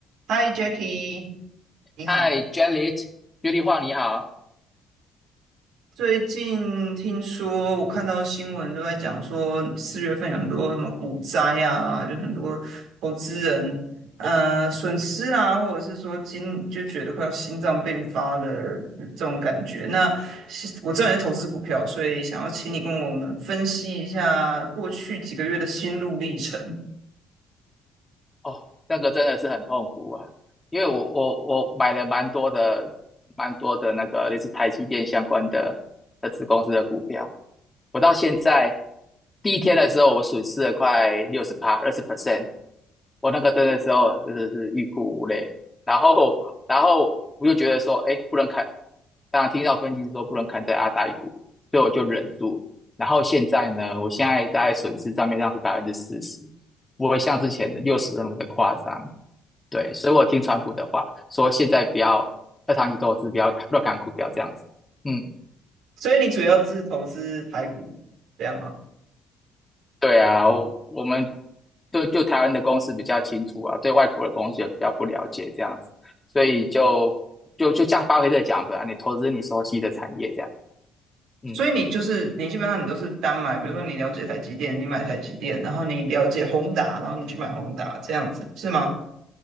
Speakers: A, on the right; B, on the left.
A: 嗨，Jackie，你好。
B: 嗨，Janet，雪丽华，你好。
A: 最近听说，我看到新闻都在讲说，四月份有很多什么股灾啊，就很多投资人呃损失啦、或者是说今就觉得快要心脏病发的这种感觉。那是我知道你是投资股票，所以想要请你跟我们分析一下过去几个月的心路历程。
B: 哦，那个真的是很痛苦啊，因为我我我买了蛮多的蛮多的那个类似台积电相关的的子公司的股票，我到现在第一天的时候，我损失了快六十趴，二十 percent。我那个真的时候啊真的是欲哭无泪。然后，然后我就觉得说，哎，不能砍。当然听到分析师说不能砍在阿达一股，所以我就忍住了。然后现在呢，我现在大概损失账面上是百分之四十，不会像之前的六十那么的夸张。对，所以我听川普的话，说现在不要要长期投资，不要乱砍股票这样子。嗯。
A: 所以你主要是投资台股，这样吗？
B: 对啊，我我们就就台湾的公司比较清楚啊，对外国的公司也比较不了解这样子，所以就就就像巴菲特讲的啊，你投资你熟悉的产业这样。嗯，
A: 所以你就是你基本上你都是单买，比如说你了解台积电，你买台积电，然后你了解宏达，然后你去买宏达，这样子是吗？